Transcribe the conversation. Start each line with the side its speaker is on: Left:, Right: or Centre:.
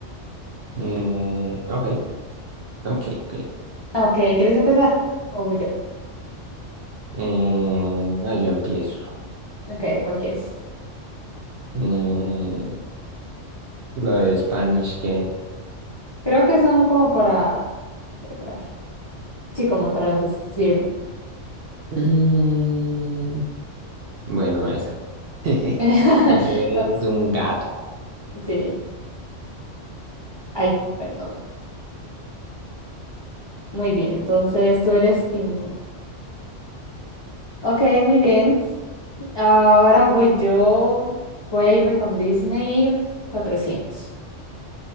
Right: Eh, ok, ok, ok. Eh,
Left: Ah, ok, ¿quieres empezar? O voy yo.
Right: no, yo empiezo.
Left: Ok, ¿cuál quieres?
Right: Eh, lo de Spanish, ¿qué es?
Left: Creo que son como para preparar. Sí, como traducirlo.
Right: Mm, bueno, esa. <laughs>
Left: <laughs>
Right: Eso es un gato.
Left: Sí, ay, perdón. Muy bien, entonces tú eres Tim uno. Ok, muy bien. Ahora voy yo. Voy a irme con Disney 400.